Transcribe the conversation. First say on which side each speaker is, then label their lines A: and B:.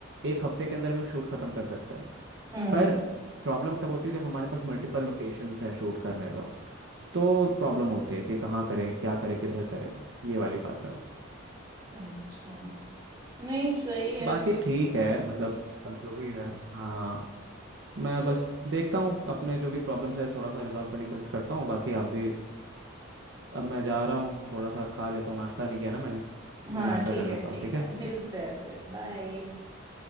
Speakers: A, on the right (about 60°); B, on the right (about 20°).
A: एक हफ्ते के अंदर भी शूट खत्म कर सकते हैं
B: हम्म
A: पर प्रॉब्लम तब होती है जब हमारे पास मल्टीपल लोकेशंस हैं शूट करने का तो प्रॉब्लम होती है कि कहाँ करें क्या करें किधर करें ये वाली बात है
B: अच्छा नहीं सही है
A: बाकी
B: फिर
A: ठीक
B: तो
A: है मतलब अब जो भी है हाँ मैं
B: चलो
A: बस देखता हूँ अपने जो भी प्रॉब्लम्स है थोड़ा सा रिजॉल्व करने की कोशिश करता हूँ बाकी आप भी अब मैं जा रहा हूँ थोड़ा सा खा लेता हूँ नाश्ता नहीं किया ना मैंने तो
B: हाँ
A: मैं नाश्ता
B: ठीक
A: कर लेता
B: है ठीक
A: हूँ ठीक
B: है
A: है
B: मिलते हैं फिर बाय